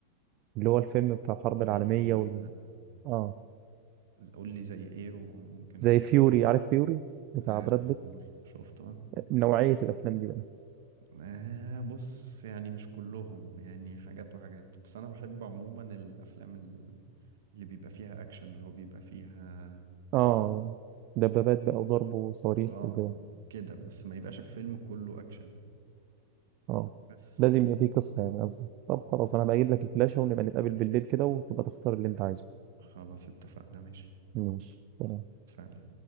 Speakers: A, on the right; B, on the right.
A: اللي هو الفيلم بتاع الحرب
B: زي
A: العالمية
B: ايه مثلا
A: وال... اه
B: قول لي زي ايه وممكن
A: زي فيوري عارف فيوري بتاع
B: عارف
A: براد بيت
B: يوري شفته اه
A: نوعية الأفلام دي بقى
B: آه، بص يعني مش كلهم يعني حاجات وحاجات بس انا بحب عموما الافلام ال- اللي بيبقى فيها اكشن اللي هو بيبقى فيها
A: اه دبابات بقى وضرب وصواريخ
B: اه
A: وكده
B: كده بس ما يبقاش الفيلم كله اكشن
A: اه
B: بس
A: لازم يبقى فيه قصة يعني قصدي طب خلاص أنا بجيب لك الفلاشة ونبقى نتقابل بالليل كده وتبقى تختار اللي أنت عايزه
B: خلاص اتفقنا ماشي
A: ماشي سلام
B: سلام